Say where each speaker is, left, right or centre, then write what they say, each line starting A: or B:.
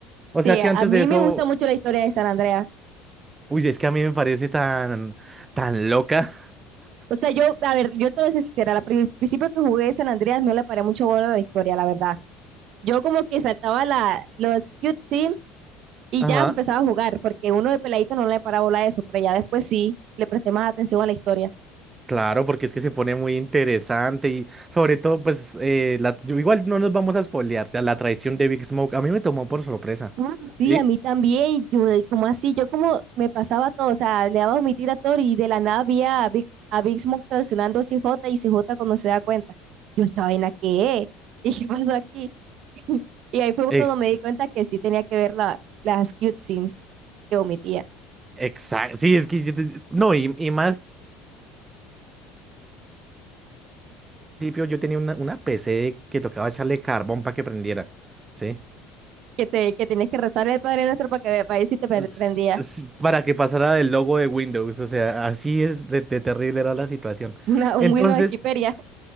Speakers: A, on the right; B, on the right.
A: O
B: sí,
A: sea, que
B: a
A: antes
B: mí
A: de eso,
B: me gusta mucho la historia de San Andreas.
A: uy, es que a mí me parece tan, tan loca.
B: O sea, yo, a ver, yo te voy a ser sincera, al pri- principio que jugué de San Andreas no le paré mucho bola a la historia, la verdad. Yo como que saltaba la, los cutscenes y
A: <laughs> Ajá.
B: ya empezaba a jugar, porque uno de peladito no le paraba bola a eso, pero ya después sí le presté más atención a la historia.
A: Claro, porque es que se pone muy interesante y sobre todo, pues, eh, la- yo- igual no nos vamos a spoilear, ya la traición de Big Smoke a mí me tomó por sorpresa,
B: Uh, sí,
A: ¿sí?
B: a mí también. Yo, de- ¿cómo así? Yo como me pasaba todo, o sea, le daba omitir a Thor y de la nada había a Big, a Big Smoke traicionando a CJ y CJ cuando se da cuenta. Yo, ¿esta vaina qué <laughs> es? ¿Y qué pasó aquí? <laughs> Y ahí fue
A: Ex-
B: cuando me di cuenta que sí tenía que ver la, las cute scenes que omitía.
A: exacto, sí, es que, yo te- no, y, y más, al principio yo tenía una, una PC que tocaba echarle carbón para que prendiera, ¿sí?
B: Que, te, que tenías que rezar el Padre Nuestro para que para ver si te pre-
A: Es-
B: prendía
A: es Para que pasara del logo de Windows, o sea, así es de, de terrible era la situación.
B: <laughs> una, un
A: Entonces,
B: Windows XP. ya.